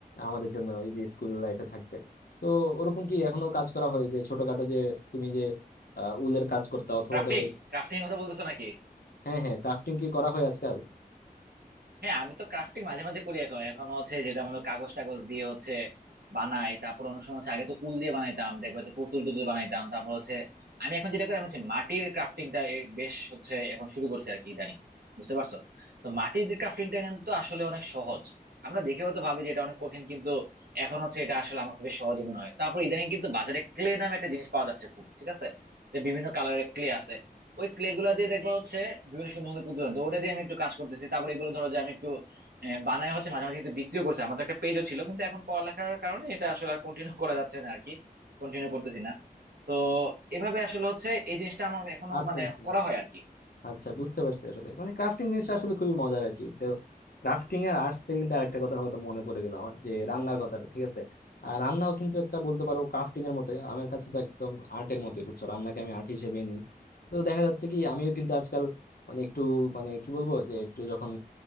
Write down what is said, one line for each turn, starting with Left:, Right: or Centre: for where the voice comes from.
Left: আমাদের জন্য এই যে স্কুল লাইফে থাকবে তো ওরকম কি এখনো কাজ করা হয় যে ছোটখাটো যে তুমি যে আহ, উলের কাজ করতা অথবা
Right: ক্রাফটিং
Left: ধরো
Right: ক্রাফটিং এর কথা বলতেছো নাকি
Left: হ্যাঁ হ্যাঁ ক্রাফটিং কি করা হয় আজকাল
Right: হ্যাঁ আমি তো ক্রাফটিং মাঝে মাঝে করি এখন এখন হচ্ছে যেটা মনে করো কাগজ টাগজ দিয়ে হচ্ছে বানাই তারপর অনেক সময় হচ্ছে আগে তো উল দিয়ে বানাইতাম দেখবা যে পুতুল টুতুল বানাইতাম তারপর হচ্ছে আমি এখন যেটা করি আমি হচ্ছে মাটির ক্রাফটিংটা বেশ হচ্ছে এখন শুরু করছি আর কি ইদানিং বুঝতে পারছো তো মাটির ক্রাফটিংটা কিন্তু আসলে অনেক সহজ আমরা দেখে হয়তো ভাবি যে এটা অনেক কঠিন কিন্তু এখন হচ্ছে এটা আসলে আমার কাছে বেশ সহজই মনে হয় তারপর ইদানিং কিন্তু বাজারে ক্লে নামে একটা জিনিস পাওয়া যাচ্ছে খুব ঠিক আছে যে বিভিন্ন কালারের ক্লে আছে ওই ক্লে গুলা দিয়ে দেখবা হচ্ছে বিভিন্ন সুন্দর সুন্দর পুতুল বানাতো। ওটা দিয়ে আমি একটু কাজ করতেছি তারপরে এগুলো ধরো যে আমি একটু আহ, বানায় হচ্ছে মাঝে মাঝে কিন্তু বিক্রিও করছে আমার তো একটা পেজও ছিল কিন্তু এখন পড়ালেখার কারণে এটা আসলে আর কন্টিনিউ করা যাচ্ছে না আর কি কন্টিনিউ করতেছি না তো এভাবে আসলে হচ্ছে এই জিনিসটা আমার এখনো
Left: আচ্ছা
Right: মানে
Left: আচ্ছা
Right: করা হয় আর কি
Left: আচ্ছা বুঝতে পারছি আসলে মানে ক্রাফটিং জিনিসটা আসলে খুবই মজার আর কি তো ক্রাফটিং আর আর্টস থেকে কিন্তু আরেকটা কথা হয়তো মনে পড়ে গেল আমার যে রান্নার কথাটা ঠিক আছে আর রান্নাও কিন্তু একটা বলতে পারো ক্রাফটিং এর মতো আমার কাছে তো একদম আর্টের মতোই বুঝছো রান্নাকে আমি আর্ট হিসেবে নিই তো দেখা যাচ্ছে কি আমিও কিন্তু আজকাল মানে একটু মানে কি বলবো যে একটু যখন